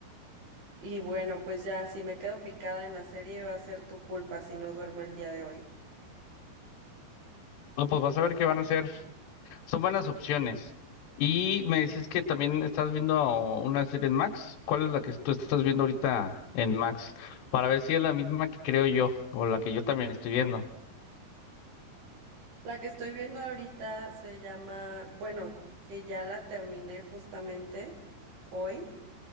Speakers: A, on the right (about 65°); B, on the left (about 80°).
A: y bueno, pues ya, si me quedo picada en la serie, va a ser tu culpa si no duermo el día de hoy.
B: No, pues vas a ver qué van a hacer Son buenas opciones. Y me dices que también estás viendo una serie en Max. ¿Cuál es la que tú estás viendo ahorita en Max? Para ver si es la misma que creo yo o la que yo también estoy viendo.
A: La que estoy viendo ahorita se llama, bueno, que ya la terminé justamente hoy,